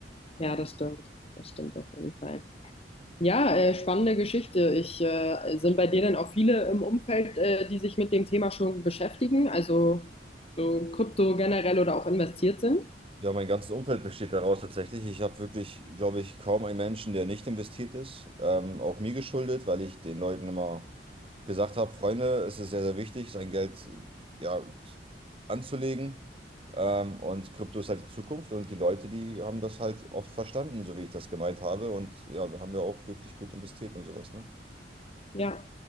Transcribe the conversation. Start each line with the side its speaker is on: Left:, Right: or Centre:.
Left: Ja, das stimmt. Das stimmt auf jeden Fall. Ja, äh, spannende Geschichte. Ich, äh, sind bei dir denn auch viele im Umfeld, äh, die sich mit dem Thema schon beschäftigen, also so Krypto generell oder auch investiert sind?
Right: Ja, mein ganzes Umfeld besteht daraus tatsächlich. Ich habe wirklich, glaube ich, kaum einen Menschen, der nicht investiert ist. Ähm, auch mir geschuldet, weil ich den Leuten immer gesagt habe, Freunde, es ist sehr, sehr wichtig, sein Geld äh, ja, anzulegen. Ähm, und Krypto ist halt die Zukunft und die Leute, die haben das halt oft verstanden, so wie ich das gemeint habe. Und ja, haben wir auch wirklich gut investiert und sowas, ne?
Left: Ja,